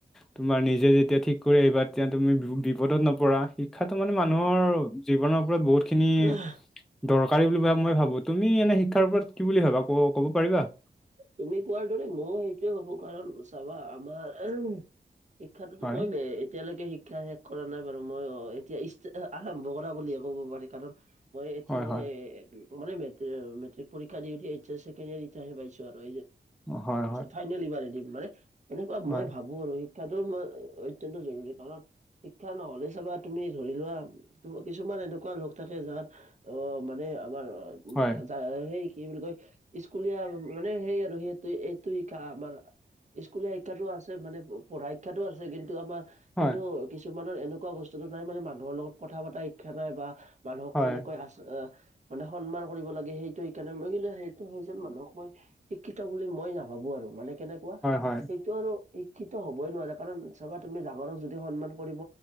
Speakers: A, in the centre; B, on the right.
A: তোমাৰ নিজে যেতিয়া ঠিক কৰি আহিবা তেতিয়া তুমি বিপদত নপৰা শিক্ষাটো মানে মানুহৰ জীৱনৰ ওপৰত বহুতখিনি
B: উম
A: দৰকাৰী বুলি মই ভাবো তুমি এনে শিক্ষাৰ ওপৰত কি বুলি ভাবা ক ক'ব পাৰিবা
B: তুমি কোৱাৰ দৰে ময়ো সেইটোৱে ভাবো কাৰণ চাবা আমাৰ শিক্ষাতোতো
A: হয়
B: কমেই এতিয়ালৈকে শিক্ষাাহে কৰা নাই বাৰু মই অ এতিয়া ষ্টা আৰম্ভ কৰা বুলিয়ে ক'ব পাৰি কাৰণ মই এতিয়াাহে
A: হয় হয়
B: মানে মেট্ৰিক পৰীক্ষা দি এইছেে ে পাইছো আৰু
A: হয় হয়
B: ফাইনেল ইবাৰ দিম মানে এনেকুৱা
A: হয়
B: মই ভাবো শিক্ষাটো অত্যন্ত জৰুৰী কাৰণ শিক্ষা নহলে চাবা তুমি ধৰি লোৱাম কিছুমান এনেকুৱা লোক থাকে যাৰ অ মানে আমাৰ
A: হয়
B: হাজাৰ সেই কি বুলি কয় ইচ স্কুলীয়া মানে সেই আৰু সেইটো এইটো ক আমাৰ স্কুলীয়া শিক্ষাতো আছে মানে পঢ়া শিক্ষাতো আছে কিন্তু আমাৰ
A: হয়
B: কিন্তু কিছুমানৰ এনেকুৱা বস্তুটো নাই মানে মানুহৰ লগত কথা পতা শিক্ষা নাই বা মানুহক
A: হয়
B: কেনেকৈ আচ মানে সন্মান কৰিব লাগে সেইটো সেইকাৰণে মই কি সেইটো স যেন মানুহক মই এই শিক্ষিত বুলি মই নাভাবো আৰু মানে কেনেকুৱা
A: হয়
B: সটো আৰু শিক্ষিত হ'বই নোৱাৰে কাৰণ চাবা তুমি ডাঙৰক যদি সন্মান কৰিব